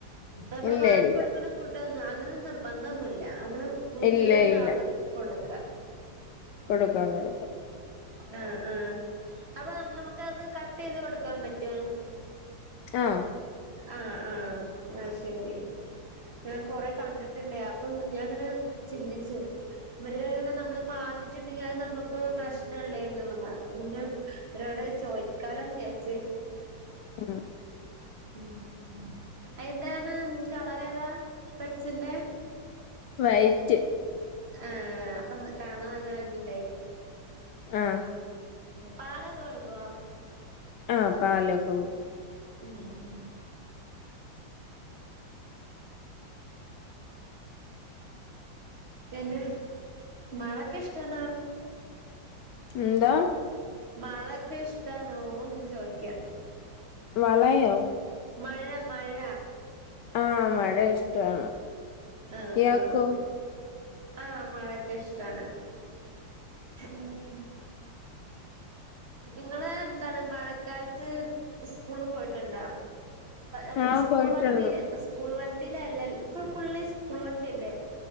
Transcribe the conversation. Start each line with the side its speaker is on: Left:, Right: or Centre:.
Right: നമ്മള്
Left: ഇല്ല
Right: വാങ്ങിക്കൊട്ക്ക്ണ
Left: ഇല്ല
Right: ഫുഡൊന്നും അങ്ങനെ നിർബന്ധൊന്നുല്ല. നമ്മള് വീട്ടിലെന്താ
Left: ഇല്ല ഇല്ല
Right: അത് കൊടുക്കാ.
Left: കൊടുക്കാം കൊടുക്കാം
Right: ആഹ് ആഹ്. അപ്പൊ നമുക്കത് കട്ടെയ്ത് കൊടുക്കാൻ പറ്റോ?
Left: ആഹ്
Right: ആഹ് ആഹ് അയ്ശേരി. ഞാൻ കൊറേ കണ്ടിട്ടുണ്ടേയ്. അപ്പൊ ഞാൻങ്ങനെ ചിന്തിച്ചു. വര്ങ്ങനെ നമ്മളെ മാന്തീട്ടുണ്ടെങ്കി അത് നമുക്ക് പ്രശ്നല്ലേന്ന്ള്ളത്. പിന്നെ വ്രോടെ ചോയ്ക്കാലോന്ന് വിചാരിച്ച്.
Left: ഉം
Right: ഉം എയ്ന്താണ് കളറേതാ.? പെട്സിന്റെ
Left: വൈറ്റ്
Right: ഏഹ് അപ്പൊ കാണാ നല്ല ഭംഗിണ്ടായിര്ക്കും.
Left: ആഹ്
Right: പാലൊക്കെ കൊട്ക്കോ?
Left: ആഹ് പാലൊക്കെ കൊടു
Right: ഉം പിന്നെ മഴക്കിഷ്ടണാ.
Left: എ ന്താ
Right: മഴൊക്കിഷ്ടാണോന്ന് ചോയ്ക്കാ.
Left: വളയോ
Right: മഴ മഴ
Left: ആഹ് മഴ ഇഷ്ടാണ്.
Right: ആഹ്
Left: ഇയാക്കോ
Right: ആഹ് ആഹ് മഴൊക്കിഷ്ടാണ്. ഉം ഇങ്ങള് ന്താണ് മഴക്കാല്ത്ത് സ്കൂളി പോയിട്ടുണ്ടാ? അമ്മള്
Left: ആഹ്
Right: സ്കൂൾ
Left: പോയിട്ടുണ്ട്
Right: വണ്ടീല് പ്പ സ് സ്കൂൾ വണ്ടീലല്ല. പ്പ ഫുള്ള് ഇസ്കൂൾ വണ്ടീലല്ലേ.